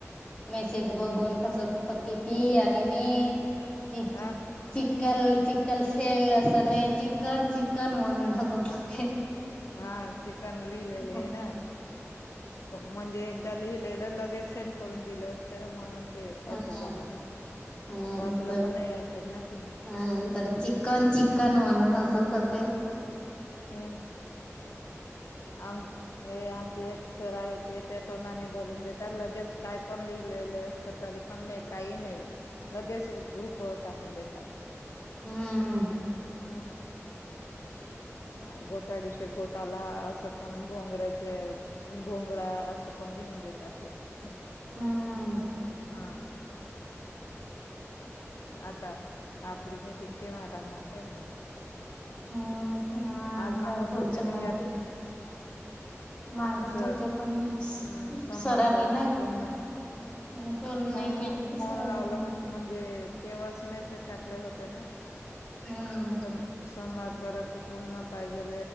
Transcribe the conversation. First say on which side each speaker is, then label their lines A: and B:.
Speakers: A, on the left (about 20°); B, on the left (about 65°).
A: मेसेज बघून हसत होती ती.. ती आणि मी.
B: हा
A: चिकल चिकल शेल असं नाही चिकन चिकन म्हणून हसत होती..
B: हा चिकन लिहिलेले
A: हम्म
B: आहे ना,, म्हणजे एकदा. लिहिले लगेच सेंड करून दिलं असत ना म्हणून.. ते
A: हा
B: असं
A: हा
B: झालं ना
A: हा
B: वाचलं
A: कर.
B: पण नाही असेल ना तिने
A: हा तर चिकन चिकन म्हणून हसत होते.
B: हम्.. आम हे आमचे एक सर आहे ते त्या तोंडानी बोलून देतात लगेच काय पण लि.. लेले असतं तरी पण नाही, काय नाही लगेच ग्रुपवर टाकून देतात.
A: हम्म
B: हम्.. ह घोटाडीच्या गोटाला असं पण भोंगरा्याचे भोंगरा.. सपने हते त ते हा..
A: हम्म
B: आता,, आपली मिटिंग केव्हा राहणार काय माहित..
A: हा तेव्हा
B: आज
A: आता
B: ना होत
A: पुढच्या
B: होते नाही
A: म
B: याआधी..
A: मागत
B: चल
A: होते पण मी
B: हम्,, सोमवारपर्यंत
A: सरांनी नाही
B: पूर्ण.
A: नाही कॉल
B: हो
A: नाही केलं
B: ह फोन
A: सरांनी
B: लावला होतं.. म्हणजे तेव्हाच मेसेज टाकले होते ना..
A: हम्म
B: सो सोमवार पर्यंत. रन पाहिजे